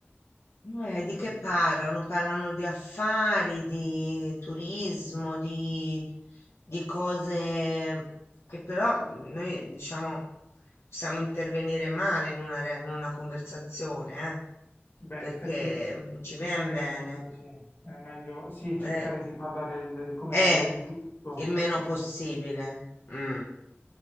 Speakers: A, on the left (about 80°); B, on the left (about 45°).
A: Eh, di
B: Mm.
A: che parlano? Parlano di affari, di turismo, di, di cose che però mhmm, noi, diciamo, possiamo intervenire male in una, re- in una conversazione, eh,
B: Beh,
A: perché
B: in effetti
A: non ci viene
B: magari
A: bene.
B: è meglio, sì, è meglio, sì, cercare
A: Eh,
B: di parlare il, di come
A: eh,
B: dire, il giusto.
A: il meno possibile.
B: Mm.
A: Mm,